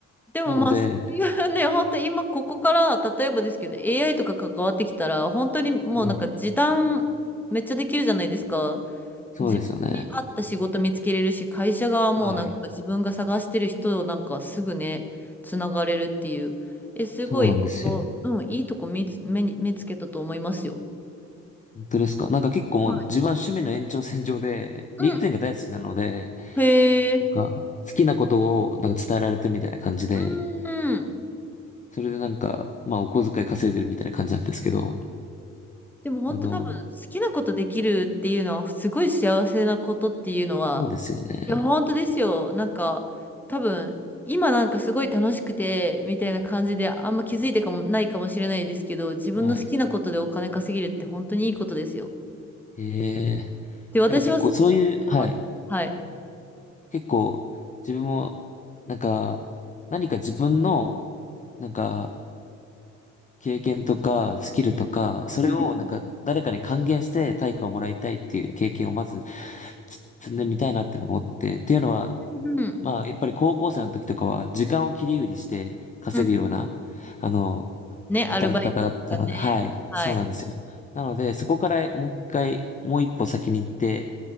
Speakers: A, in the centre; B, on the left.
A: でもまあ、
B: なので、
A: そういうね、<laughs> 本当今ここから、例えばですけど、AI とか関わってきたら、本当にもうなんか時短めっちゃできるじゃないですか。
B: はい。そうですよね。
A: 自分に合った仕事見つけれるし、会社側もなんか自分が探してる人をなんかすぐね、
B: はい。
A: つながれるっていう。え、すごい、
B: そうなんですよ。
A: 本当、うん、いいとこ見つ、目に、目つけたと思いますよ。
B: 本当ですか。なんか結構もう自分は趣味の延長線上で、
A: はい。うん。
B: リンクトインが大好きなので、
A: へえ。
B: なんか好きなことをなんか伝えられてるみたいな感じで、
A: うん。
B: それでなんか、まあお小遣い稼いでるみたいな感じなんですけど、
A: でも本当多分好きなことできるっていうのはすごい幸せなことっていうのは
B: あの、そうですよね。
A: いや本当ですよなんか多分今なんかすごい楽しくてみたいな感じであんま気づいてかもないかもしれないですけど自分の好きなことでお金稼げるって本当にいいことですよ
B: はい。へえ。
A: で私はそう思ってますはい
B: なんか結構そういう、はい。結構自分も、なんか、何か自分の、なんか、経験とか、スキルとか、それをなんか、
A: うん
B: 誰かに還元して対価をもらいたいっていう経験をまず、つ積んでみたいなってのを思って、っていうのは、
A: うん
B: まあ、やっぱり高校生の時とかは、時間を切り売りして稼ぐような、
A: うんうん
B: あの、
A: ねアルバイトとかねはい
B: 働き方だったので、はい、そうなんですよ。なので、そこからもう一回、もう一歩先に行って、